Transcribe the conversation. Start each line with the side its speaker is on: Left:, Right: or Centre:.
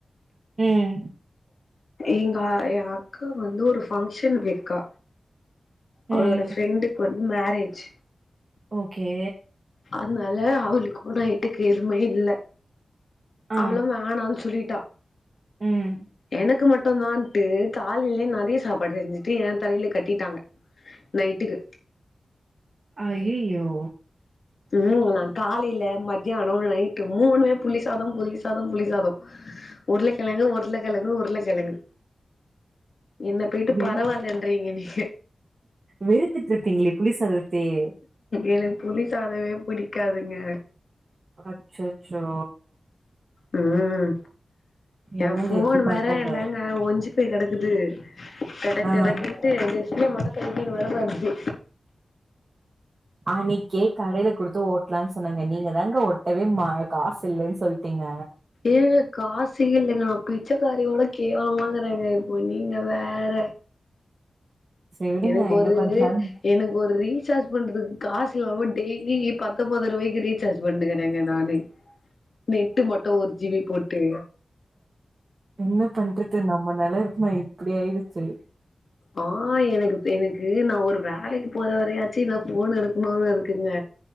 Right: உம்
Left: எங்க எ அக்கா வந்து ஒரு ஃபங்ஷன் போயிர்க்கா அவுளோட
Right: ம்
Left: ஃப்ரெண்ட்டுக்கு வந் மேரேஜ்
Right: ஓகே
Left: அத்னால அவுளுக்கு போனா எட்டுக்க எதுமே இல்ல
Right: ஆ
Left: அவ்ளோ வேணான்னு சொல்லிட்டா
Right: ம்
Left: எனக்கு மட் ட்டுதான்ட்டு காலைலேயே நெறைய சாப்பாடு செஞ்சுட்டு எ தலைல கட்டிட்டாங்க நைட்டுக்கு
Right: அய்யய்யோ
Left: வூ நா காலைல மத்யானோ நைட்டு மூன்னுமே புளி சாதோ புளி சாதோ புளி சாதோ உர்ளக்கெழங்கு உர்ளக்கெழங்கு உர்ள ஜனங்க என்ன போயிட்டு
Right: வெறு
Left: பரவாலன்றீங்க நீங்க
Right: வெறுத்துட்டு இருப்பீங்களே புளி சாதத்தயே
Left: என புளி சாதமே புடிக்காதுங்க
Right: அச்சச்சோ
Left: உம் எ
Right: என்னங்க
Left: ஃபோன்
Right: இப்டி பண்ட்டாங்க
Left: வேற இலங்க ஒன்ஞ்சு போய் கெடக்கு இது டடக்
Right: ஆ
Left: டடக்குண்டு டிஸ்பிளே மட்டு கழட்டி வர வச்சு
Right: அன்னைக்கே கடையில குடுத்து ஓட்டலாம்னு சொன்னேங்க நீங்க தாங்க ஓ டவே காசு இல்லைன்னு சொல்லிட்டீங்க
Left: ஏழு காசி இல்லைங்கா அப் பிச்சைக்காரியோட கேவலமாங்கறாங்க இப்போ நீங்க வேற
Right: சரி விடுங்க
Left: எனக்கு
Right: இன்னு
Left: ஒரு
Right: கொஞ்ச நாள்
Left: எனக்கு ஒரு ரி சாஜ் பண்றதுக்கு காசு இல்லாம டெய்லி பத்தொம்பது ரூபாய்க்கு ரீசார்ஜ் பண்ணுகறேங்க நானு நெட்டு மட்டு ஒரு ஜிபி போட்டு
Right: என்ன பண்றது நம்ம நிலமை இப்படி ஆயிடுச்சு
Left: ஆஹ் எனக்கு எனக்கு நா ஒரு வேலைக்கு போற வரையாச்சும் என்ன போன் இருக்கணுமானு இருக்குங்க